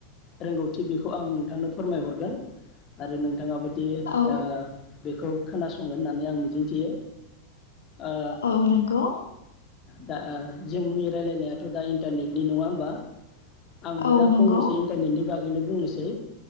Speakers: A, on the left; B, on the left.
A: रोंगौथि बेखौ आं नोंथांनो फोरमाय हर रो आरो नों थाङाबोदि
B: औ
A: ओ बेखौ खोनासंगोन होननानै आं मिजिंथियो। ओ
B: औ नंगौ
A: दा ओ जोंनि रायलायनायाथ' दा इन्टारनेटनि नङा होमबा? आंबो
B: औ
A: दा
B: नंगौ
A: फंनैसो इन्टारनेटनि बागैनो बुंनोसै